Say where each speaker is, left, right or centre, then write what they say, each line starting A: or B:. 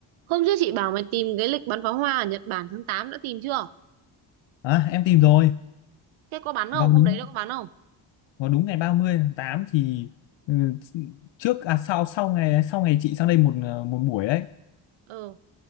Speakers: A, on the right (about 80°); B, on the left (about 65°).
A: Hôm trước chị bảo mày tìm cái lịch bắn pháo hoa ở Nhật Bản tháng 8 đã tìm chưa?
B: À, em tìm rồi
A: Thế có bắn không?
B: vào đúng
A: Hôm đấy nó có bắn không?
B: vào đúng ngày 30 tháng 8 thì ừ, trước à sau sau ngày sau ngày chị sang đây một ờ, một buổi đấy
A: Ừ,